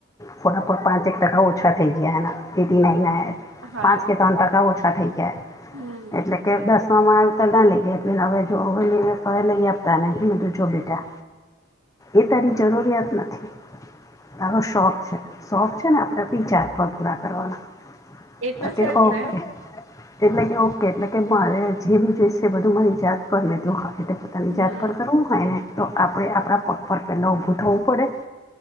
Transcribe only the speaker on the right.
હા
હમ
એ
તો
છે જ
ને
હમ